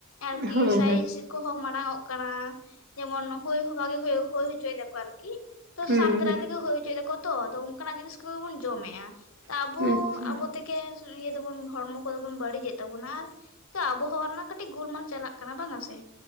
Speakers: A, on the left; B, on the right.
A: ᱟᱨᱠᱤ
B: ᱦᱳᱭ
A: ᱥᱟᱭᱤᱡ ᱠᱚᱦᱚᱸ ᱢᱟᱲᱟᱝ ᱚᱜ ᱠᱟᱱᱟ ᱡᱮᱢᱚᱱ ᱦᱩᱭ ᱦᱚᱸ ᱵᱷᱟᱜᱤ ᱦᱩᱭ ᱦᱚᱪᱚᱭ ᱮᱫᱟ ᱠᱚ ᱟᱨᱠᱤ᱾ ᱛᱚ
B: ᱦᱩᱸ
A: ᱥᱟᱨ ᱫᱟᱨᱟᱭ ᱛᱮᱜᱮ ᱦᱩᱭ ᱦᱚᱪᱚᱭ ᱫᱟᱠᱚ ᱛᱚ ᱟᱫᱚ ᱚᱱᱠᱟᱱᱟᱜ ᱡᱤᱱᱤᱥ ᱠᱚᱜᱮ ᱵᱚᱱ ᱡᱚᱢᱮᱫᱼᱟ ᱟᱵᱚ
B: ᱦᱩᱸ ᱟᱪᱪᱷᱟ
A: ᱟᱵᱚ ᱛᱮᱜᱮ ᱤᱭᱟᱹ ᱫᱚᱵᱚᱱ ᱦᱚᱲᱢᱚ ᱠᱚᱫᱚ ᱵᱚᱱ ᱵᱟᱹᱲᱤᱡᱮᱫ ᱛᱟᱵᱚᱱᱟ ᱟᱨ ᱛᱚ ᱟᱵᱚᱦᱚᱣᱟ ᱨᱮᱱᱟᱜ ᱠᱟᱹᱴᱤᱡ ᱜᱤᱞᱢᱟᱞ ᱪᱟᱞᱟᱜ ᱠᱟᱱᱟ ᱵᱟᱝ-ᱟ ᱥᱮ?